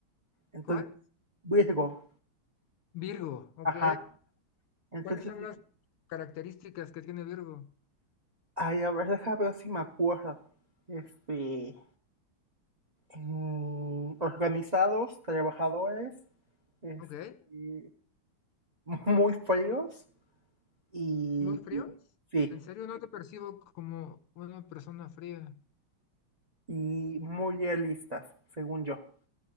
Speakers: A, on the right (about 30°); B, on the left (about 85°).
A: Entonces,
B: ¿Cuál?
A: Virgo,
B: Virgo, ok.
A: ajá. Entonces,
B: ¿Cuáles son
A: dije,
B: las características que tiene Virgo?
A: ay, a ver, déjame ver si me acuerdo. Este, mm, organizados, trabajadores, este,
B: Ok.
A: muy feos y
B: ¿Muy fríos?
A: sí,
B: En serio, no te percibo como una persona fría.
A: y muy realistas, según yo.